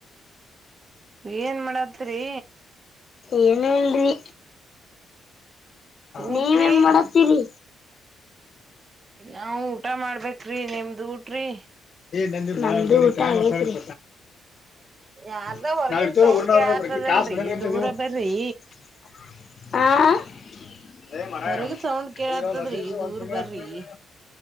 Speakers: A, on the right (about 35°); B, on the left (about 50°).
A: ಏನ್ ಮಾಡತತ್ರಿ
B: ಏನಿಲ್ರಿ
A: ಊಟ್ರಿ
B: ನೀವೇನ್ ಮಾಡತ್ತೀರಿ
A: ನಾವ ಊಟ ಮಾಡ್ಬೇಕ್ರಿ ನಿಮ್ದ ಊಟ್ರಿ
B: ನಮ್ದು ಊಟ ಆಗೇತ್ರಿ
A: ಯಾರ್ದ
B: <unintelligible>
A: ಹೊರಗಿನ್ ಸೌಂಡ್ ಕೇಳತದಲ್ರಿ ದೂರ ಬರ್ರಿ ಹೊರಗ ಸೌಂಡ್ ಕೇಳತ್ತದ್ರಿ ದೂರ್ ಬರ್ರಿ